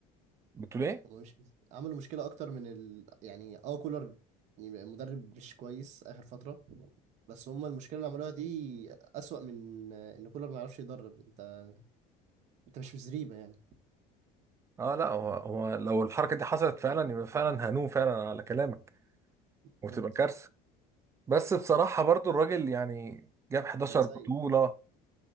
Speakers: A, on the right (about 20°); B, on the right (about 45°).
A: بتقول ايه
B: هما مش عملوا مشكلة أكتر من ال... يعني اه كولر يبقى مدرب مش كويس آخر فترة بس هما المشكلة اللي عملوها دي أسوأ من آه، إن كولر ما يعرفش يدرب أنت أنت مش في زريبة يعني
A: اه لا هو هو لو الحركه دي حصلت فعلا يبقى فعلا هنوم فعلا على كلامك
B: بالظبط
A: وتبقى كارثه بس بصراحه برضو الراجل يعني جاب 11
B: كان سيء
A: بطوله